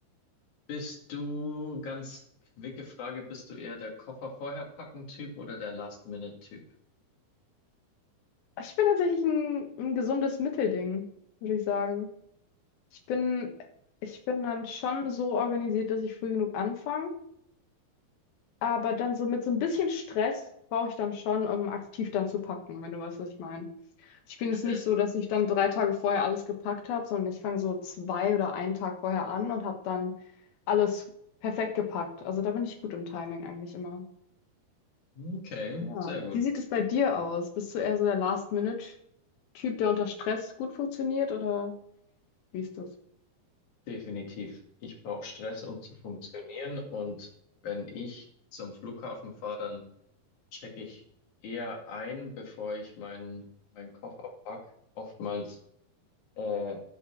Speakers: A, on the left (about 55°); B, on the left (about 70°).
A: Bist du, ganz quicke Frage, bist du eher der Koffer vorher packen Typ oder der Last-Minute-Typ?
B: Ich bin tatsächlich ein, ein gesundes Mittelding, würde ich sagen. Ich bin, ich bin dann schon so organisiert, dass ich früh genug anfange, aber dann so mit so ein bisschen Stress brauche ich dann schon, um aktiv dann zu packen, wenn du weißt, was ich meine. Ich bin
A: Mhm.
B: jetzt nicht so, dass ich dann drei Tage vorher alles gepackt habe, sondern ich fange so zwei oder einen Tag vorher an und habe dann alles perfekt gepackt. Also da bin ich gut im Timing eigentlich immer.
A: Okay,
B: Ja.
A: sehr gut.
B: Wie sieht es bei dir aus? Bist du eher so der Last-Minute-Typ, der unter Stress gut funktioniert oder wie ist das?
A: Definitiv. Ich brauche Stress, um zu funktionieren. Und wenn ich zum Flughafen fahre, dann checke ich eher ein, bevor ich meinen meinen Koffer pack. Oftmals äh,